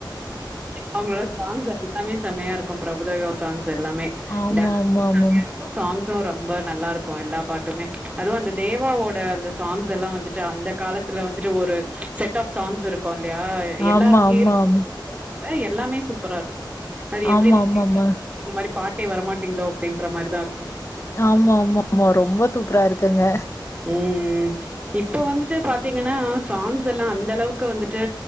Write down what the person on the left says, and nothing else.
ஆமா,
ஆமா, ஆமாமா.
ஆமா, ஆமா,
ஆமா.
ஆமா, ஆமாமா.
ஆமா ஆமா ஆமா ரொம்ப சூப்பரா இருக்குங்க